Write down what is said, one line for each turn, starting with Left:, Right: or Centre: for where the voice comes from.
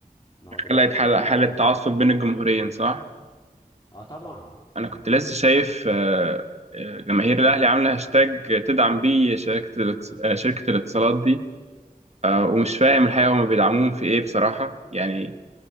Left: ما هو دلوقتي
Right: خلقت حل- حالة
Left: انت
Right: تعصب
Left: د-
Right: بين الجمهورين صح
Left: اه طبعا
Right: انا
Left: اه
Right: كنت لسه
Left: يعني
Right: شايف آه، آه، جماهير الاهلي عامله هاشتاج تدعم بيه شركة الاتص- آه، شركة الاتصالات دي آه،
Left: طبعا
Right: ومش فاهم الحقيقة هم بيدعموهم في ايه بصراحة يعني